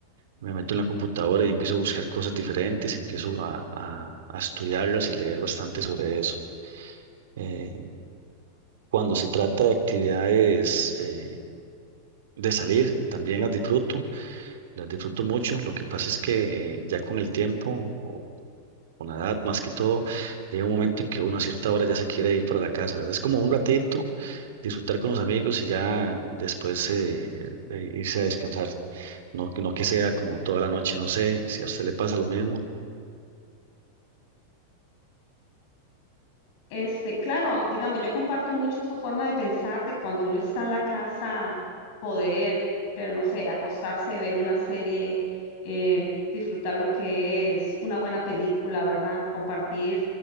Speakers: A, on the right; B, on the left.
A: me meto en la computadora y empiezo a buscar cosas diferentes, empiezo a, a- a estudiarlas y leer bastante sobre eso. Eh, cuando se trata de actividades eh, de salir, también las disfruto, las disfruto mucho. Lo que pasa es que eh, ya con el tiempo o con la edad, más que todo, llega un momento en que uno a cierta hora ya se quiere ir para la casa, ¿verdad? Es como un ratito, disfrutar con los amigos y ya después eh, eh, irse a descansar. No, no que sea como toda la noche, no sé si a usted le pasa lo mismo.
B: Este, claro, digamos, yo comparto mucho esa forma de pensar de cuando uno está en la casa, poder ver, no sé, acostarse, ver una serie, eh, disfrutar lo que es una buena película, ¿verdad? Compartir